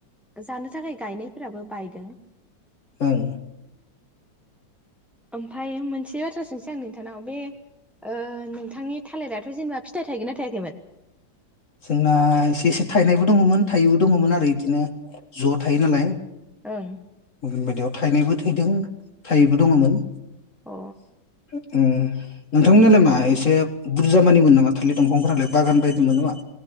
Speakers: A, in the centre; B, on the left.
A: जानो थाखाय गायनाय फोराबो बायदों
B: ओं
A: ओमफाय मोनसे मोनसे बाथ्रा सोंसै आं नोंथांनाव बे ओ नोंथांनि थालिराथ' जेनेबा फिथाइ थायगोन ना थायाखैमोन
B: जोंना एसे एसे थाइनायबो दङमोन थायैबो दङमोन आरो बिदिनो ज' थायो नालाय गुबुन
A: ओं
B: बादियाव थायनायबो थैदों थाइयैबो दङमोन
A: अ
B: ओ नोंथांमोननियालाय मा एसे बुरजा मानिमोन नामा थालिर दंफांफोरालाय बागान बायदिमोन नामा